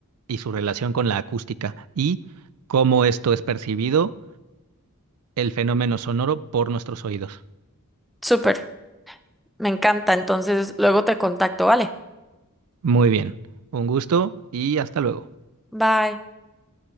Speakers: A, on the right; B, in the centre.
A: y su relación con la acústica y cómo esto es percibido, el fenómeno sonoro por nuestros oídos.
B: Súper, me encanta. Entonces luego te contacto, ¿vale?
A: Muy bien. Un gusto y hasta luego.
B: Bye.